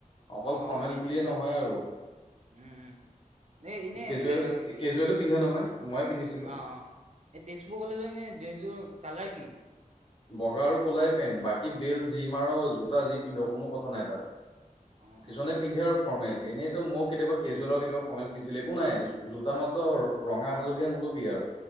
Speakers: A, on the left (about 40°); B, on the right (about 55°).
A: অকল
B: অ'
A: ফৰ্মেল
B: অ' এই
A: বুলিয়ে
B: তেনেকুৱাই।
A: নহয় আৰু
B: উম উম, এই এনেই
A: কেজুৱেল
B: এ
A: কেজুৱেলো পিন্ধে
B: তেজপুৰ
A: নহয় ময়ে পিন্ধিছিলো
B: অ' অ' এই তেজপুৰ কলেজৰ এনেই ড্ৰেছযোৰ। কালাৰ কি?
A: বগা আৰু ক'লাই পেণ্ট, বাকী বেল্ট যি মাৰ, জোতা যি পিন্ধ কোনো কথা নাই তাত।
B: অ
A: কিছুমানে
B: অ
A: পিন্ধে আৰু। ফৰ্মেল। এনেইতো মইয়ো কেতিয়াবা কেজুৱেল আৰু কেতিয়াবা ফৰ্মেল পিন্ধছিলো। একো নাই, জোতা মাত্ৰ ৰঙা হালধীয়া নল'বি আৰু!